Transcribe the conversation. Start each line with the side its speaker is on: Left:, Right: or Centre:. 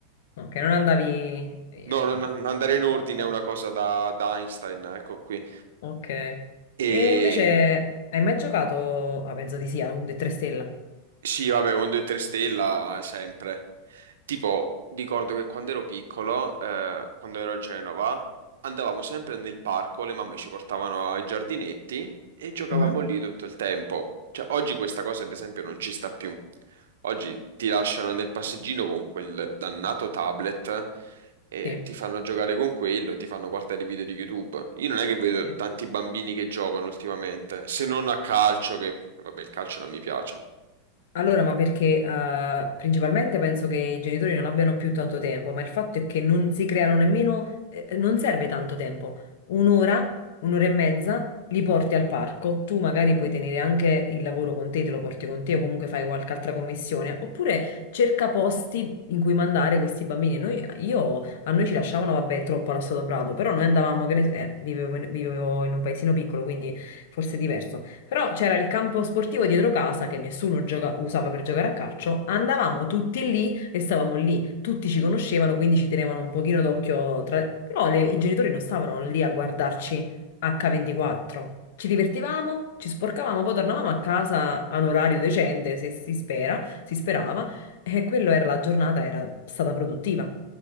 Left: Ok, non andavi... eh,
Right: No, non- andare in ordine
Left: Ok,
Right: è una cosa da, da Einstein, ecco qui.
Left: ok.
Right: E
Left: E invece hai mai giocato... Ah, penso di sì, a un 3 stella.
Right: Sì, vabbè, un 2-3 stella eh, sempre. Tipo, ricordo che quando ero piccolo, eh, quando ero a Genova, andavamo sempre nel parco, le mamme ci portavano ai giardinetti e giocavamo
Left: Mhm,
Right: lì tutto il tempo. Cioè, oggi questa cosa, ad esempio, non ci sta più. Oggi ti lasciano nel passeggino con quel dannato tablet e
Left: Sì,
Right: ti fanno giocare con quello e ti fanno guardare i video di YouTube. Io non è che vedo
Left: sì.
Right: tanti bambini che giocano ultimamente, se non a calcio, che vabbè, il calcio non mi piace.
Left: Allora, ma perché eh, principalmente penso che i genitori non abbiano più tanto tempo, ma il fatto è che non si creano nemmeno, eh, non serve tanto tempo. Un'ora, un'ora e mezza li porti al parco, tu magari puoi tenere anche il lavoro con te, te lo porti con te o comunque fai qualche altra commissione, oppure cerca posti in cui mandare questi bambini. Noi, io, a noi ci lasciavano, vabbè, troppo allo Stato Brado, però noi andavamo, che ne so- eh, vivevo in vivevo in un paesino piccolo, quindi forse è diverso. Però c'era il campo sportivo dietro casa che nessuno gioca- usava per giocare a calcio. Andavamo tutti lì e stavamo lì. Tutti ci conoscevano, quindi ci tenevano un pochino d'occhio tra... Però le- i genitori non stavano lì a guardarci H24. Ci divertivamo, ci sporcavamo, poi tornavamo a casa a un orario decente, se si spera, si sperava, e quello era la giornata, era stata produttiva.